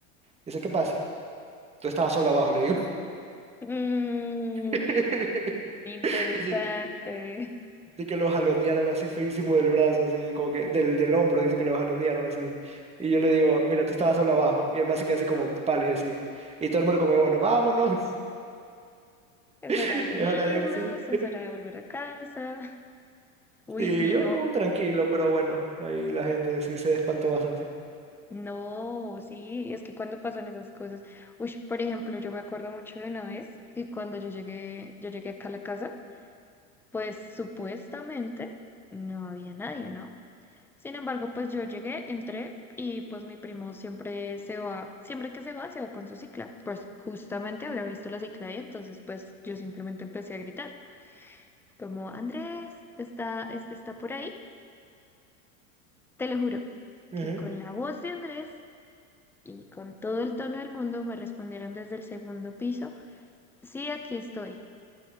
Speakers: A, on the right; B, in the centre.
A: dice, ¿qué pasa? Tú estabas solo abajo, le digo.
B: Mm.
A: <laughs>
B: Interesante.
A: Dice que, dice que lo jalonearon así feísimo del brazo, así, como que del, del hombro, dice que lo jalonearon así. Y yo le digo, mira, tú estabas solo abajo. Y el man se queda así como pálido, así. Y todo el mundo como, bueno, vámonos,
B: Es
A: <laughs>
B: hora de
A: y
B: irnos,
A: es hora de irse.
B: es hora de volver a casa. Uy,
A: Sí,
B: sí,
A: yo
B: no,
A: como tranquilo, pero bueno, ahí la gente sí se espantó bastante.
B: no, sí, es que cuando pasan esas cosas. Uy, por ejemplo, yo me acuerdo mucho de una vez que cuando yo llegué, yo llegué acá a la casa, pues supuestamente no había nadie, ¿no? Sin embargo, pues yo llegué, entré y pues mi primo siempre se va, siempre que se va, se va con su cicla. Pues justamente había visto la cicla ahí, entonces pues yo simplemente empecé a gritar. como Andrés está, es- está por ahí, te lo juro,
A: Ujú,
B: que con la voz de Andrés y con todo el tono del mundo me respondieron desde el segundo piso, sí, aquí estoy.